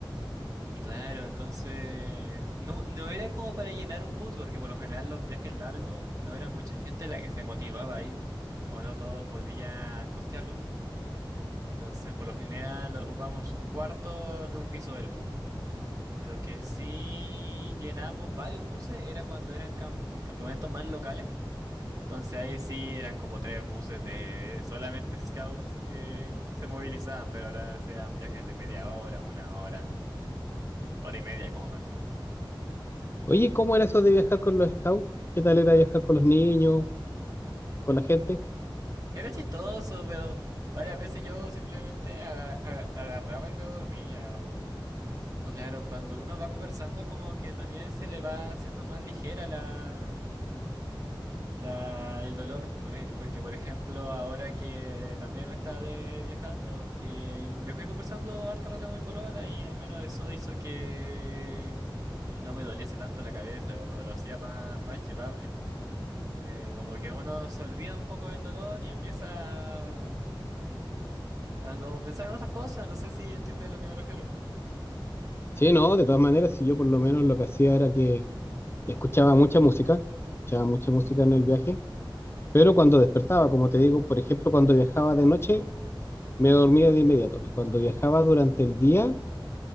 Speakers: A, on the right; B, on the left.
A: y claro, entonces, no, no era como para llenar un bus, porque por lo general los viajes largos no era mucha gente la que se motivaba a ir, o no todos podían costearlo. Entonces, por lo general, ocupamos un cuarto de un piso del bus. Lo que sí llenamos varios buses era cuando eran cam- campamentos más locales. Entonces ahí sí eran como tres buses de solamente scouts que se movilizaban, pero ahora sean viajes de media hora, una hora, hora y media como máximo.
B: Oye, ¿cómo era eso de viajar con los scouts? ¿Qué tal era viajar con los niños, con la gente?
A: Era chistoso, pero varias veces yo simplemente aga- aga- agarraba y me dormía. O, o claro, cuando uno va conversando como que también se le va haciendo más ligera la La, el dolor, por ej- porque por ejemplo, ahora que también está de viajando, eh, me fui conversando harto rato con mi polola y al menos eso hizo que, que no me doliese tanto la cabeza o lo, lo hacía más, más llevable. Eh, como que uno se olvida un poco del dolor y empieza a, a como pensar en otras cosas, no sé si entiendes a lo que me refiero.
B: Sí, no, de todas maneras, si yo por lo menos lo que hacía era que y escuchaba mucha música, escuchaba mucha música en el viaje, pero cuando despertaba, como te digo, por ejemplo, cuando viajaba de noche, me dormía de inmediato, y cuando viajaba durante el día,